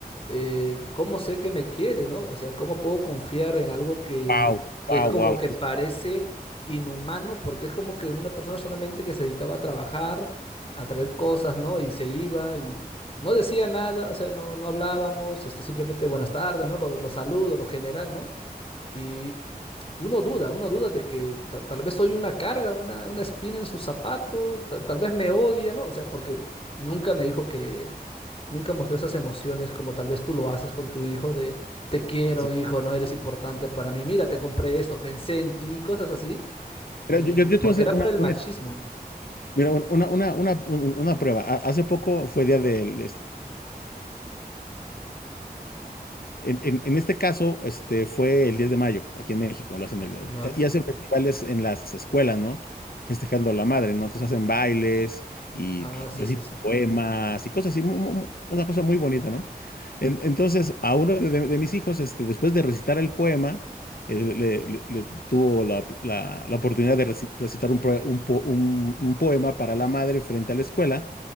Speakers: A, on the left (about 35°); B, on the left (about 65°).
A: Eh, ¿cómo sé que me quiere, ¿no? O sea, ¿cómo puedo confiar en algo que,
B: wow,
A: que
B: wow,
A: es como
B: wow.
A: que parece
B: sí,
A: inhumano? Porque es como que una persona solamente que se dedicaba a trabajar, a traer cosas, ¿no? Y se iba y no decía nada, o sea, no, no hablábamos, este, simplemente buenas tardes, ¿no? Los, los saludos, lo general, ¿no? Y uno duda, uno duda de que ta- tal vez soy una carga, una, una espina en su zapato, ta- tal vez me odia, ¿no? O sea, porque nunca me dijo que, nunca mostró esas emociones como tal vez tú lo haces con tu hijo de te quiero,
B: sí.
A: hijo, no eres importante para mí, mira, te compré esto, pensé en ti, cosas así. Y
B: Mira, yo, yo, yo
A: porque
B: te voy a hacer
A: era
B: una,
A: por el machismo.
B: una, mira, un- una, una, una, un- una prueba. Ha- Hace poco fue día del, En, en- en este caso, este, fue el 10 de mayo, aquí en México, lo hacen el-
A: Ma-
B: y hacen festivales en las escuelas, ¿no? Festejando a la madre, ¿no? Entonces hacen bailes y
A: Ah, sí,
B: recitan
A: sí, sí.
B: poemas y cosas así, mu- mu- mu- una cosa muy bonita, ¿no? En- entonces, a uno de, de- de mis hijos, este, después de recitar el poema, eh, le- le- le tuvo la, op- la- la oportunidad de reci- recitar un, proe- un po- un- un poema para la madre frente a la escuela